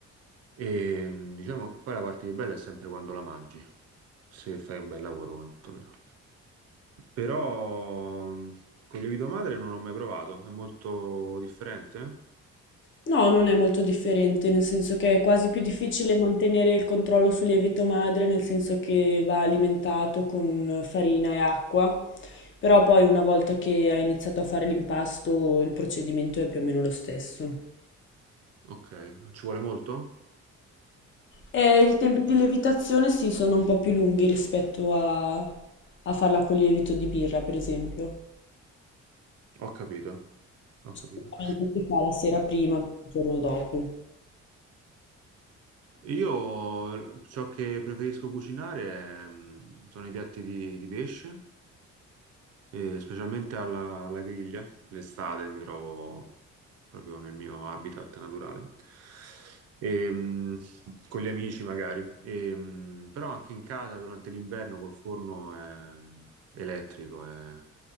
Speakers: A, on the right (about 55°); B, on the left (about 40°).
A: E mm, diciamo, poi la parte più bella è sempre quando la mangi, se fai un bel lavoro quantomeno. Però mm, col lievito madre non l'ho mai provato, è molto differente?
B: No, non è molto differente, nel senso che è quasi più difficile mantenere il controllo sul lievito madre, nel senso che va alimentato con farina e acqua, però poi una volta che hai iniziato a fare l'impasto il procedimento è più o meno lo stesso.
A: Ok, ci vuole molto?
B: E i tempi di lievitazione sì, sono un po' più lunghi rispetto a, a farla con lievito di birra, per esempio.
A: Ho capito. Ho
B: Solitamente
A: capito.
B: si fa la sera prima, il giorno dopo.
A: Io ciò che preferisco cucinare è, mm, sono i piatti di, di pesce, e specialmente alla, alla griglia. L'estate mi trovo proprio nel mio habitat naturale, E, mm, con gli amici magari. E, mm, però anche in casa durante l'inverno col forno è- mm, elettrico è,